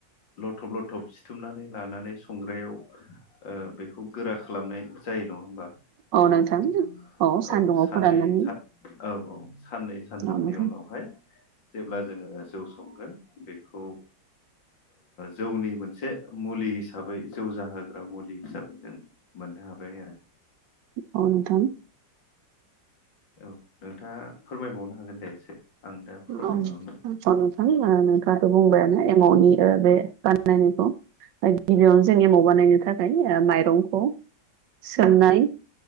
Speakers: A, on the left (about 80°); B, on the right (about 75°).
A: लथब लथब बुथुमनानै लानानै संग्रायाव बेखौ गोरा खालामनाय जायो नङा होमबा?
B: औ
A: एमावखौ
B: नोंथां। सान्दुङाव
A: औ साननै
B: फोराननानै
A: सा औ औ साननै सानथामनि
B: औ नोंथां
A: उनावहाय जेब्ला जोङो जौ संगोन बेखौ जौनि मोनसे मुलि हिसाबै जौजाहोग्रा मुलि हिसाबै जों मोननो हाबाय आरो।
B: अ नोंथां।
A: औ नोंथाङा फोरमायबावनो हागोन दे एसे। आं दा फोरमायगोन
B: औ अ नोंथां नोंथाङाथ' बुंबायानो एमाउनि बे बाननायखौ। गिबियावनो जों एमाव बानायनो थाखाय ओ माइरंखौ सोमनाय